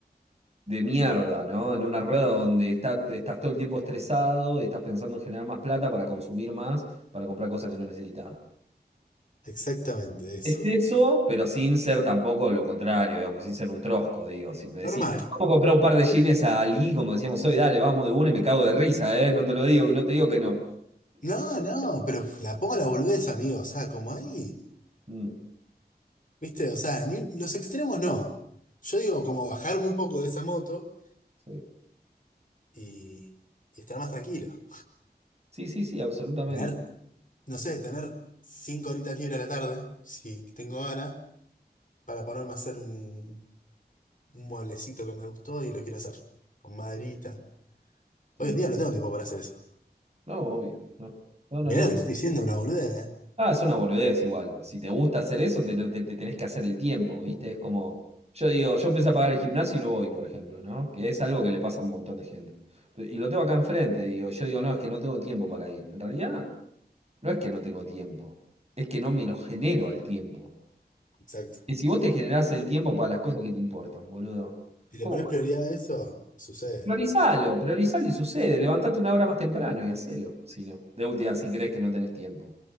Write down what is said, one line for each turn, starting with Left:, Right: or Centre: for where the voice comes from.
Right: de mierda, ¿no? En una rueda donde está- estás todo el tiempo estresado y estás pensando en generar más plata para consumir más, para comprar cosas que no necesitas.
Left: exactamente eso.
Right: Es eso, pero sin ser tampoco lo contrario, digamos, sin ser un trosco, digo. Si me decís,
Left: Normal.
Right: vamos a comprar un par de jeans a Ali, como decíamos hoy, dale, vamos de una y me cago de risa, ¿eh? No te lo digo, no te digo que no.
Left: No, no, pero la pongo la boludez, amigo. O sea, como ahí.
Right: Mm,
Left: ¿Viste? O sea, ni- los extremos no. Yo digo, como bajarme un poco de esa moto
Right: sí,
Left: y, y estar más tranquilo.
Right: sí, sí, sí, absolutamente.
Left: Tener, no sé, tener cinco horitas libres a la tarde, si tengo ganas para ponerme a hacer un, un mueblecito que me gustó y lo quiero hacer con maderita. Hoy
Right: Sí.
Left: en día no tengo tiempo para hacer eso.
Right: No, obvio, no. No, no,
Left: Mirá
Right: no.
Left: lo que te estoy diciendo, una boludez, ¿eh?
Right: Ah, es una boludez igual. Si te gusta hacer eso, te, lo- te- te tenés que hacer el tiempo, ¿viste? Es como, yo digo, yo empecé a pagar el gimnasio y no voy, por ejemplo, ¿no? Que es algo que le pasa a un montón de gente. Pero- y lo tengo acá enfrente, digo, y yo digo, no, es que no tengo tiempo para ir. En realidad, no es que no tengo tiempo, es que no me lo genero al tiempo.
Left: Exacto.
Right: Y si vos te generás el tiempo para las cosas que te importan, boludo,
Left: Si le
Right: ¿cómo?
Left: pones prioridad a eso, sucede.
Right: Priorizalo, priorizalo y sucede. Levantate una hora más temprano y hacelo. Si no, de última, si crees que no tenés tiempo.